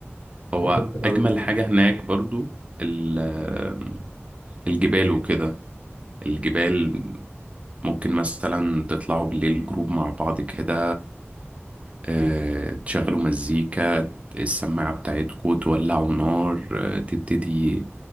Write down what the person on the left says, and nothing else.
وكنت هقول
لك ايه